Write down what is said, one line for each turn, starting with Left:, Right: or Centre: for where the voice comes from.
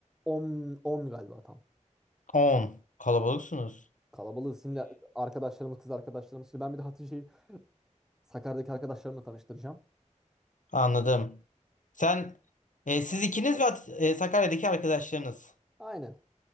Centre: on 10 galiba tam.
Left: 10. Kalabalıksınız.
Centre: Kalabalığız şimdi arkadaşlarımız kız arkadaşlarımız. Şimdi ben bir de Hatice'yi Sakarya'daki arkadaşlarımla tanıştıracağım.
Left: Anladım. Sen e, siz ikiniz ve At- e, Sakarya'daki arkadaşlarınız.
Centre: Aynen.